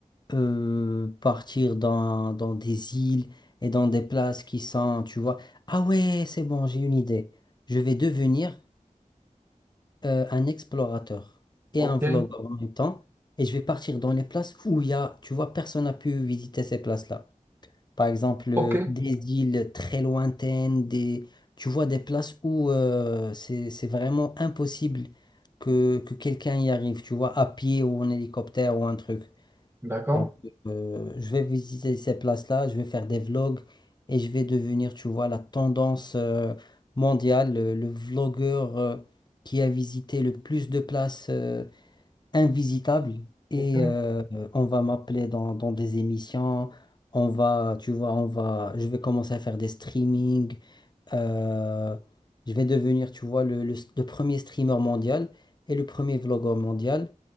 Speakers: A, on the left; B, on the right.
A: euh, partir dans, dans des îles et dans des places qui sont, tu vois. Ah ouais, c'est bon, j'ai une idée. Je vais devenir euh, un explorateur et
B: Ok.
A: un vlogueur en même temps. Et je vais partir dans les places où il y a, tu vois, personne n'a pu visiter ces places-là. Par exemple, euh,
B: Ok.
A: des îles très lointaines, des, tu vois, des places où euh, c'est, c'est vraiment impossible que, que quelqu'un y arrive, tu vois, à pied ou en hélicoptère ou un truc.
B: D'accord.
A: Donc, euh, je vais visiter ces places-là, je vais faire des vlogs et je vais devenir, tu vois, la tendance euh, mondiale, le, le vlogueur euh, qui a visité le plus de places euh, invisitables. Et
B: Ok.
A: euh, on va m'appeler dans, dans des émissions, on va, tu vois, on va, je vais commencer à faire des streamings, euh, je vais devenir, tu vois, le, le- le premier streamer mondial et le premier vlogueur mondial